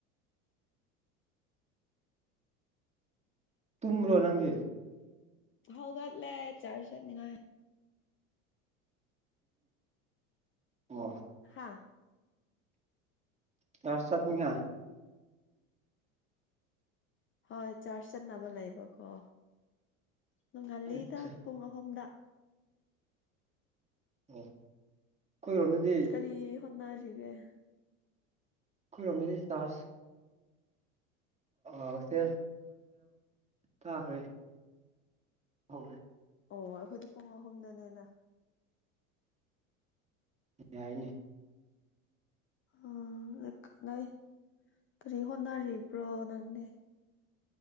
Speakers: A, on the right; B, on the left.
A: ꯇꯨꯝꯕ꯭ꯔꯣ ꯅꯪꯗꯤ
B: ꯍꯒꯗꯂꯦ ꯆꯥ ꯆꯠꯅꯤꯉ
A: ꯑꯣ
B: ꯑ
A: ꯇꯔ ꯆꯠ ꯅꯤꯡꯉ
B: ꯍꯣꯏ ꯆꯔ ꯆ ꯆꯠ ꯅꯕ ꯂꯕ ꯀꯣ ꯅꯣꯡꯉꯜꯂꯤꯗ
A: ꯑꯠꯆꯥ
B: ꯄꯨꯡ ꯑꯍꯨꯝꯗ
A: ꯑꯣ ꯑꯩꯈꯣꯏꯔꯣꯝꯗꯗꯤ
B: ꯀꯔꯤ ꯍꯣꯅꯥ ꯁꯤꯒ
A: ꯑꯩꯈꯣꯏꯔꯣꯝ ꯆꯥꯁ ꯑꯁ ꯇꯥꯈꯔꯦ ꯍ꯭ꯔꯦ
B: ꯑꯣ ꯑꯩꯈꯣꯏꯗꯤ ꯄꯨꯡ ꯑꯍꯨꯝꯗꯅꯦꯅ
A: ꯌꯥꯏꯅꯤ
B: ꯑ ꯅ ꯀꯔꯤ ꯍꯣꯠꯅꯔꯤꯕ꯭ꯔꯣ ꯅꯪꯅꯦ